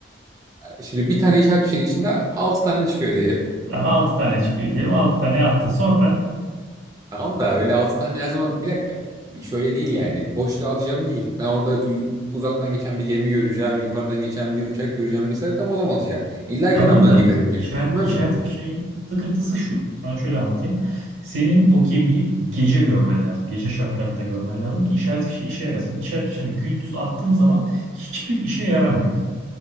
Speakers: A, on the right; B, on the right.
A: Şimdi bir tane işaret fişeğinin içinde 6 tane çıkıyor
B: Yani 6 tane çıkıyor diyelim. altı tane attın. Sonra
A: Tamam da öyle altı tane her zaman bir dakika. Bir Şöyle değil yani. Boşluğa atacağım değil. Ben orada ü- uzaktan geçen bir gemi göreceğim. Yukarıdan geçen bir uçak göreceğim mesela. Tam o zaman atacağım. İlla
B: tamam
A: ki adamların
B: da
A: dikkatini çeker.
B: işaret,
A: Çekmez
B: işaret
A: mi?
B: fişeğin sıkıntısı şu. Sana şöyle anlatayım. Senin o gemiyi gece görmen lazım. Gece şartlarında görmen lazım ki işaret fişeği işe yarasın. İşaret fişeğini gündüz attığın zaman hiçbir işe yaramıyor.